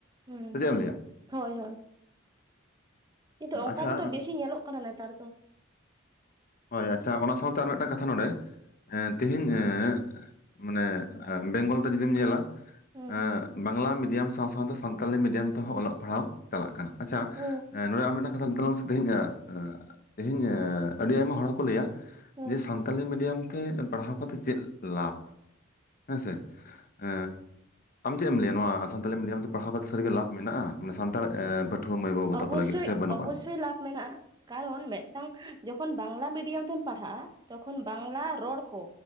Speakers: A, on the right; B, on the left.
A: ᱦᱩᱸ
B: ᱥᱮ ᱪᱮᱫ ᱮᱢ ᱞᱟᱹᱭᱟ
A: ᱦᱳᱭ ᱦᱳᱭ᱾ ᱧᱤᱛᱚᱜ ᱚᱝᱠᱟ
B: ᱟᱪᱪᱷᱟ
A: ᱜᱮᱛᱚ ᱵᱮᱥᱤ ᱧᱮᱞᱚᱜ ᱠᱟᱱᱟ ᱱᱮᱛᱟᱨ ᱫᱚ᱾
B: ᱦᱳᱭ ᱟᱪᱪᱷᱟ ᱚᱱᱟ ᱥᱟᱶᱛᱮ ᱟᱨ ᱢᱤᱫᱴᱟᱝ ᱠᱟᱛᱷᱟ ᱱᱚᱸᱰᱮ ᱮᱸ ᱛᱮᱦᱤᱧ ᱮᱸ ᱢᱟᱱᱮ ᱮ ᱵᱮᱝᱜᱚᱞ ᱛᱮ ᱡᱩᱫᱤᱢ ᱧᱮᱞᱟ
A: ᱦᱩᱸ
B: ᱮᱸ ᱵᱟᱝᱞᱟ ᱢᱤᱰᱤᱭᱟᱢ ᱥᱟᱶ ᱥᱟᱶᱛᱮ ᱥᱟᱱᱛᱟᱞᱤ ᱢᱤᱰᱤᱭᱟᱢ ᱛᱮᱦᱚᱸ ᱚᱞᱚᱜ ᱯᱟᱲᱦᱟᱣ ᱪᱟᱞᱟᱜ ᱠᱟᱱᱟ᱾ ᱟᱪᱪᱷᱟ
A: ᱦᱩᱸ
B: ᱱᱚᱸᱰᱮ ᱟᱢ ᱢᱤᱫᱴᱟᱝ ᱠᱟᱛᱷᱟ ᱞᱟᱹᱭ ᱛᱟᱞᱟᱝ ᱢᱮᱥᱮ ᱛᱮᱦᱮᱧᱟᱜ ᱮᱸ ᱮᱸ ᱛᱮᱦᱤᱧ ᱮᱸ ᱟᱹᱰᱤ ᱟᱭᱢᱟ ᱦᱚᱲ ᱦᱚᱸᱠᱚ ᱞᱟᱹᱭᱟ
A: ᱦᱩᱸ
B: ᱡᱮ ᱥᱟᱱ ᱛᱟᱞᱤ ᱢᱤᱰᱤᱭᱟᱢ ᱛᱮ ᱯᱟᱲᱦᱟᱣ ᱠᱟᱛᱮ ᱪᱮᱫ ᱞᱟᱵᱷ ᱦᱮᱸᱥᱮ? ᱮ ᱪᱮᱜ ᱮᱢ ᱞᱟᱹᱭᱟ ᱱᱚᱣᱟ ᱥᱟᱱᱛᱟᱞᱤ ᱢᱤᱰᱤᱭᱟᱢ ᱛᱮ ᱯᱟᱲᱦᱟᱣ ᱠᱟᱛᱮ ᱥᱟᱹᱨᱤ ᱜᱮ ᱞᱟᱵᱷ ᱢᱮᱱᱟᱜᱼᱟ ᱢᱟᱱᱮ ᱥᱟᱱᱛᱟᱲ ᱮᱸ ᱯᱟᱹᱴᱷᱩᱣᱟᱹ ᱢᱟᱹᱭ ᱵᱟᱹᱵᱩ
A: ᱚᱵᱚᱥᱥᱳᱭ
B: ᱛᱟᱠᱚ ᱞᱟᱹᱜᱤᱫ ᱥᱮ ᱵᱟᱹᱱᱩᱜ
A: ᱚᱵᱚᱥᱥᱳᱭ
B: ᱟᱱᱟ
A: ᱞᱟᱵᱷ ᱢᱮᱱᱟᱜᱼᱟ᱾ ᱠᱟᱨᱚᱱ ᱢᱮᱜᱴᱟᱝ ᱡᱚᱠᱷᱚᱱ ᱵᱟᱝᱞᱟ ᱢᱤᱰᱤᱭᱟᱢ ᱛᱮᱢ ᱯᱟᱲᱦᱟᱜᱼᱟ ᱛᱚᱠᱷᱚᱱ ᱵᱟᱝᱞᱟ ᱨᱚᱲ ᱠᱚ